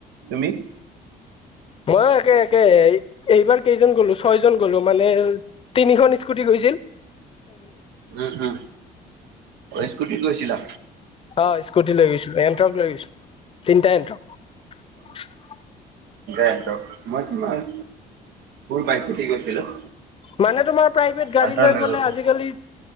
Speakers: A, on the right (about 80°); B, on the left (about 35°).
A: তুমি
B: মই একে একে এই এইবাৰ কেইজন গলো ছয় জন গ'লো মানে তিনিখন স্কুটি গৈছ ছিল
A: উম উম স্কুটিত গৈছিলা।
B: অ স্কুটি লৈ গৈছিলোঁ এণ্ট্ৰক লৈ গৈছিলোঁ তিনটা এণ্ট্ৰক
A: এন্ত্ৰক মই কি মান পাইক থাকি গৈছিলো।
B: মানে তোমাৰ প্ৰাইভেট গাড়ী
A: হান্তাৰ
B: লৈ গ'লে
A: গৈছো।
B: আজিকালি